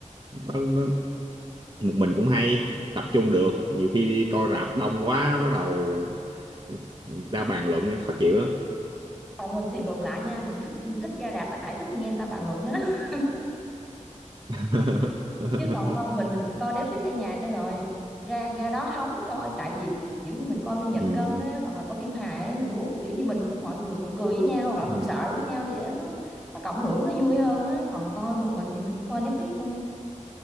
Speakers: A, on the right; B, in the centre.
A: nó, nó một mình cũng hay tập trung được nhiều khi đi coi rạp đông quá bắt đầu ra bàn luận khó chịu lắm
B: còn mình thì ngược lại nha mình thích thích ra rạp là tại thích nghe người ta bàn luận á <laughs>
A: <laughs>
B: chứ còn con mình mình coi Netflix ở nhà cho rồi ra ra đó hóng coi tại vì kiểu như mình coi phim giật
A: ừ,
B: gân á hoặc là coi phim hài á mình muốn kiểu như mình cũng mọi người cùng cười với nhau hoặc là
A: ừ,
B: cùng sợ với nhau vậy đó nó nó cộng hưởng nó vui hơn á còn coi một mình thì mình thích coi Netflix hơn